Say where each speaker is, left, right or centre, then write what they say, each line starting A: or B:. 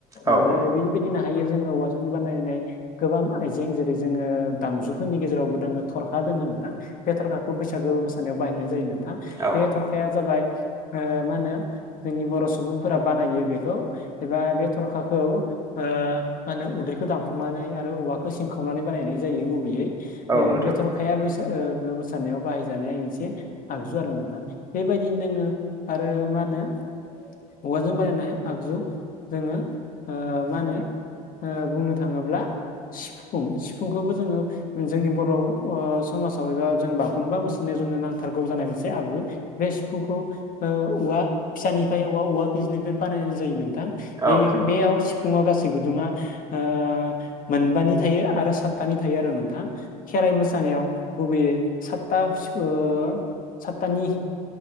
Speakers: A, on the right; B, on the left.
A: औ
B: आरो बि बिदिनो हायो जोङो औवाजों बानायनाय गोबां आइजें जेरै जोङो दामजुफोरनि गेजेरावबो थरखा दोङो नोंथां। बे थरखाखौ बैसागु मोसानायाव बाहायनाय जायो नोंथां।
A: औ
B: बे थरखा खाया जाबाय ओ मा होनो जोंनि बर' सुबुंफोरा बानायो बेखौ एबा बे थरखाखौ ओ मा होनो उदैखौ दानफ्लंनानै आरो औवाखौ सिंखावनानै बानायनाय जायो गुबैयै।
A: औ
B: ओ
A: नोंथां
B: बे थर खाया बैसागो ओ मोसानायाव बाहायजानाय मोनसे आगजु आरो नोंथां। बेबायदिनो दोङो आरो मा होनो औवाजों बानायनाय आगजु जोङो मा होनो ओ बुंनो थाङोब्ला सिफुं सिफुंखौबो जोङो जोंनि बर' ओ समाजाव एबा जों बागुरुम्बा मोसानायाव जोंनो नांथारगौ जानाय मोनसे आगजु। बे सिफुंखौ ओ औवा फिसानिफ्राय औवा औवा बिजलिफ्राय बानायनाय जायो नोंथां। बे
A: औ नोंथां
B: बेयाव सिफुङाव गासै गुदुङा ओ मोनबानि थायो आरो सातथानि थायो आरो नोंथां। खेराइ मोसानायाव गुबैयै सातथा सिफु ओ सातथानि